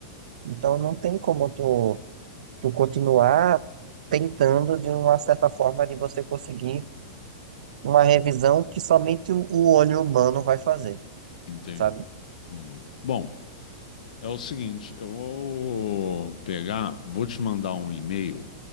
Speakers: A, on the right; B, on the left.
A: Então não tem como tu, tu continuar tentando de uma certa forma de você conseguir uma revisão que somente o o olho humano vai fazer,
B: Entendi.
A: sabe?
B: Entendi. Bom, é o seguinte, eu vou pegar, vou te mandar um e-mail.